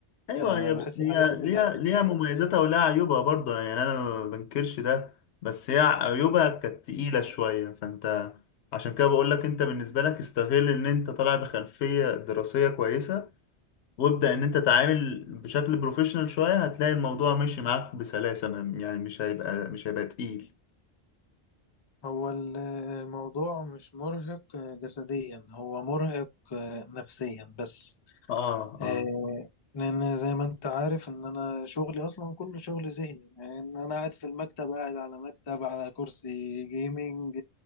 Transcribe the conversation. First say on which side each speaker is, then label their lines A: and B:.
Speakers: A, on the left; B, on the left.
A: ايوه
B: آه،
A: هي
B: بحس
A: هي
B: الحاجات دي كلها
A: ليها
B: بتفرق
A: ليها مميزاتها
B: يعني
A: ولها عيوبها برضه أنا- يعني انا ما بنكرش ده بس هي عيوبها كانت تقيلة شوية فانت عشان كده بقول لك انت بالنسبة لك استغل ان انت طالع بخلفية دراسية كويسة وابدأ ان انت تعامل بشكل بروفيشنال شوية هتلاقي الموضوع ماشي معاك بسلاسة ما- يعني مش هيبقى مش هيبقى تقيل
B: هو ال- الموضوع مش مرهق جسديا هو مرهق نفسيا بس
A: اه
B: آه،
A: اه
B: لأن زي ما أنت عارف إن أنا شغلي أصلا كله شغل ذهني يعني إن أنا قاعد في المكتب قاعد على مكتب على كرسي جيمنج